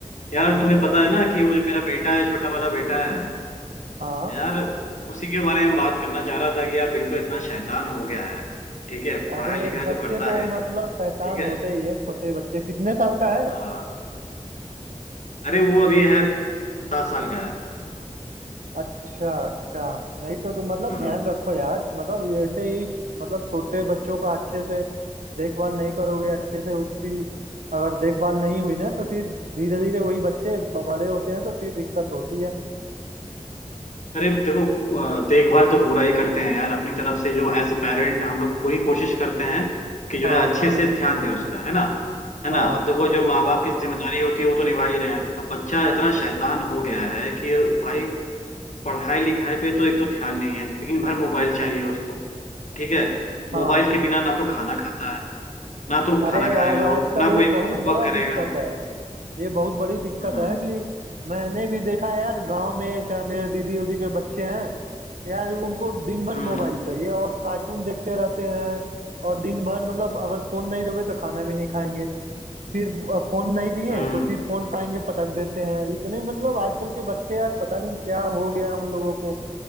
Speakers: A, on the left; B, on the right.
A: यार
B: हाँ हाँ
A: तुम्हें
B: बताओ
A: पता है ना कि वो जो मेरा बेटा है छोटा वाला बेटा है
B: हाँ
A: यार उसी के बारे में बात करना चाह रहा था कि यार बिल्कुल इतना शैतान हो गया है ठीक है
B: अरे
A: पढ़ाई लिखाई
B: बच्चे
A: तो करता
B: तो
A: है
B: मतलब शैतान
A: ठीक है
B: होते ही है छोटे बच्चे कितने साल का है
A: हाँ अरे वो अभी है सात साल का है
B: अच्छा अच्छा नहीं तो तुम मतलब
A: हम्म
B: ध्यान रखो यार मतलब ऐसे ही मतलब छोटे बच्चों का अच्छे से देखभाल नहीं करोगे अच्छे से उसकी अगर देखभाल नहीं हुई ना तो फिर धीरे धीरे वही बच्चे ब- बड़े होते हैं तो फिर दिक्कत होती है
A: अरे देखो अ, देखभाल तो पूरा ही करते हैं यार अपनी तरफ से जो एज अ पेरेंट हम लोग पूरी कोशिश करते हैं कि जो
B: हाँ
A: है अच्छे
B: हाँ
A: से ध्यान दें उसका है ना है ना
B: हाँ
A: अब देखो जो माँ बाप की जिम्मेदारी होती है वो तो निभा ही रहे हैं अब बच्चा इतना शैतान हो गया है कि भाई पढ़ाई लिखाई पे तो एक तो ध्यान नहीं है दिन भर मोबाइल चाहिए उसको ठीक है
B: हाँ
A: मोबाइल के बिना ना तो खाना खाता है ना तो
B: अरे
A: खाना
B: यार
A: खाएगा वो
B: आजकल
A: ना
B: ये
A: कोई
B: बहुत
A: होमवर्क
B: बड़ा
A: करेगा
B: दिक्कत
A: वो
B: है ये बहुत बड़ी दिक्कत
A: हम्म
B: है कि मैंने भी देखा है यार गांव में चाहे मेरे दीदी उदी के बच्चे हैं यार उनको दिन भर
A: हम्म
B: मोबाइल चाहिए और कार्टून देखते रहते हैं और दिन भर मतलब अगर फोन नहीं दोगे तो खाना भी नहीं खाएंगे फिर फोन नहीं दिए
A: हम्म
B: तो फिर फोन पाएंगे पटक देते हैं इतने मतलब आजकल के बच्चे यार पता नहीं क्या हो गया उन लोगों को